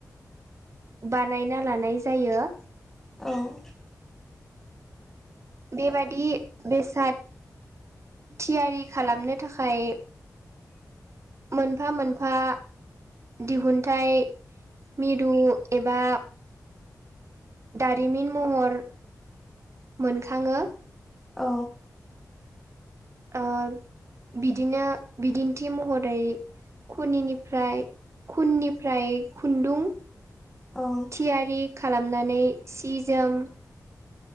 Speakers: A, on the right (about 45°); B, in the centre.
A: बानायना लानाय जायो।
B: औ
A: बेबादि बेसाद थियारि खालामनो थाखाय मोनफा मोनफा दिहुनथायाइ मिरु एबा दारिमिन महर मोनखाङो।
B: औ
A: ओ बिदिनो बिदिन्थि महरै खुनिनिफ्राय खुननिफ्राय खुन्दुं
B: औ
A: थियारि खालामनानै सि जोम